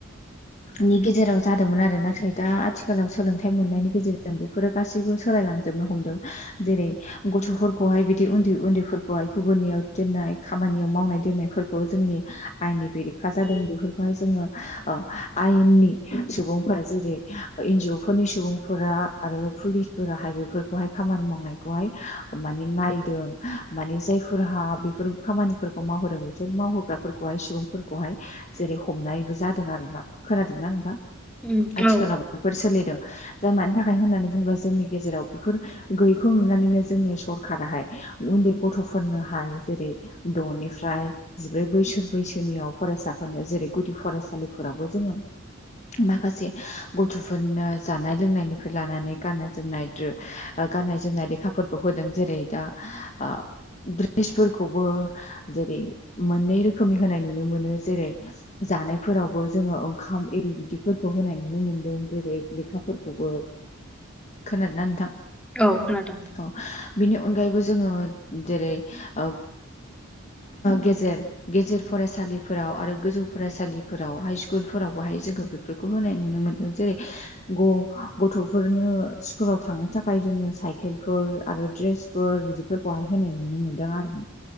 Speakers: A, on the left; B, in the centre.
A: नि गेजेराव जादोंमोन आरो नाथाय दा आथिखालाव सोलोंथाइ मोननायनि गेजेरजोंबो गासैबो सोलायलांजोबनो हमदों जेरै गथ'फोरखौहाय बिदि उन्दैन्दैफोरखौाय गुबुननियाव दोननाय खामानियाव मावनाय दोननाय फोरखौ जोंनि आयेननि बेरेखा जादों बेफोरखौहाय जोंङो आयेननि सुबुंफोरा जेरै एनज अ फोरनि सुबुंफोरा आरो पुलिसफोराहाय बेफोरखौहाय खामानि मावनायखौहाय माने नायदों माने जायफोरहा बेफोर खामानिफोरखौ मावहोदों। बिसोर मावहोग्राफोरखौहाय सुबुंफोरखौहाय जेरै हमनायबो जादों आरोना खोनादोंना नोंथां?
B: उम
A: आथिखालाव
B: औ
A: बेफोर सोलिदों जाय मानि थाखाय होननानै बुंङोब्ला जोंनि गेजेराव बेफोर गैयैखौ नुनानैनो जोंनि सरखाराहाय उन्दै गथ'फोरनोहाय जेरै द'निफ्राय जिब्रै बोसोर बैसोनियाव फरायसाफोरनि जेरै गुदि फरायसालिफोरावबो जोंङो माखासे गथ'फोरनो जानाय लोंनायनिफ्राय लानानै गाननाय जोमनाय गाननाय जोमनाय लेखाफोरखौ होदों जेरै दा ओ द्रेसफोरखौबो जेरै मोननै रोखोमनि होनाय नुनो मोनो जेरै जानायफोरावबो जोङो ओंखाम आररि बिदिफोरखौ होनाय नुनो मोनदों जेरै लेखाफोरखौबो खोनादोना नोंथां?
B: औ खोनादों।
A: औ बेनि अनगायैबो जोङो जेरै ओ गे जेर गेजेर फरायसालिफोराव आरो गोजौ फरायसालिफोराव हाइस्कुलफोराव बहाय जोंखो बे फोरखौ होनाय नुनो मोनदों जेरै ग गथ'फोरनो स्कुलाव थांनो थाखाय जोङो साय केलफोर आरो दड्रेसफोर बिदिफोरखौहाय होनाय नुनो मोनदों आरो।